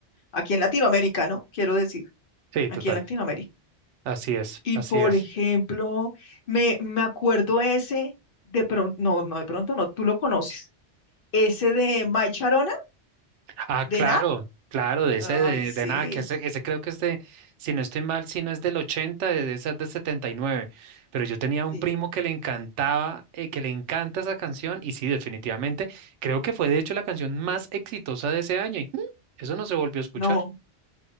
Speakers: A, on the left; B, on the right.
A: aquí en Latinoamérica, ¿no? Quiero decir,
B: Sí,
A: aquí
B: total.
A: en Latinoamérica.
B: Así es,
A: Y
B: así
A: por
B: es.
A: ejemplo, me, me acuerdo ese, de pronto, no, no, de pronto no, tú lo conoces, ese de Mai Charona,
B: Ah,
A: de
B: claro,
A: Nat.
B: claro, de ese
A: Ay,
B: de,
A: sí,
B: de nada, que ese, ese creo que es de, si no estoy mal, si no es del 80, debe ser del 79. pero yo tenía un
A: sí,
B: primo que
A: sí.
B: le encantaba, eh, que le encanta esa canción y sí, definitivamente, creo que fue de hecho la canción más exitosa de ese año y mm, eso no se volvió a escuchar.
A: No,